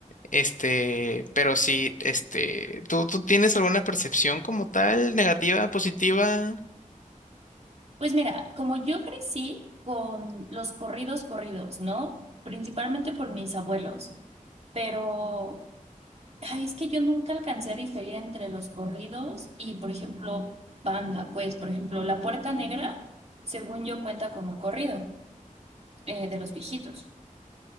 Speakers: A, on the left; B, on the right.
A: Este, pero sí, este, ¿tú, tú tienes alguna percepción como tal, negativa, positiva?
B: Pues mira, como yo crecí con los corridos corridos, ¿no? Principalmente por mis abuelos, pero ay, es que yo nunca alcancé a diferir entre los corridos y, por ejemplo, banda. Pues, por ejemplo, La Puerta Negra, según yo, cuenta como corrido eh, de los viejitos,